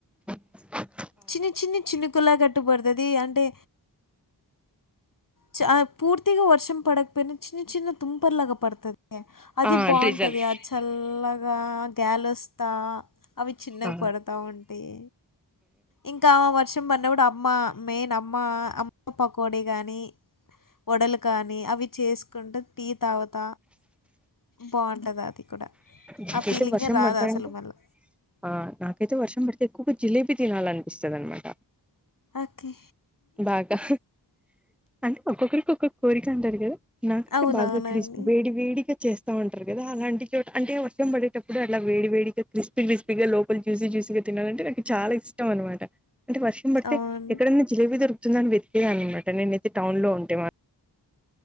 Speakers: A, in the centre; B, on the left.
A: అ
B: చిన్ని చిన్ని చినుకులా కట్టు పడుతది అంటే చ పూర్తిగా వర్షం పడకపోయిన చిన్న చిన్న తుంపర్ లాగా పడుతది అది
A: ఆ
B: బాగుంటుంది
A: ట్రిజల్
B: ఆ చల్లగా గాలి వస్తా అవి చిన్నగా
A: ఆ
B: పడతా ఉంటాయి ఇంకా ఆమె వర్షం పడినప్పుడు అమ్మ మెయిన్ అమ్మ అమ్మ పకోడి కాగాని వడలు కానీ అవి చేసుకుంటా టీ తావాత బాగుంట కదా అది కూడా
A: నాకైతే
B: ఆ ఫీలింగ్
A: వర్షం
B: ఎ రాదు
A: పడతా
B: అసలు
A: అంటే
B: మనల్లో
A: ఆ నాకైతే వర్షం పడితే ఎక్కువగా జిలేబీ తినాలనిపిస్తుంది అన్నమాట
B: ఓకే
A: బాగా అంటే ఒక్కొక్కరికి ఒక్కొ కోరిక అంటారు కదా నాకైతే
B: అవునవునండి
A: బాగా క్రిష్ వేడి వేడిగా చేస్తా ఉంటారు కదా అలాంటి చోట అంటే వర్షం పడేటప్పుడు అట్లా వేడి వేడిగా క్రిస్పీ క్రిస్పీగా లోపల జాసి జూసిగా తన్నదంటే నాకు చాలా ఇష్టం అన్నమాట అంటే వర్షం పడితే
B: అవును
A: ఎక్కడైన్నా జిలేబీ దొరుకుతుందని వెతేకే అన్నమాట నేనైతే టౌన్ లో ఉంటే మా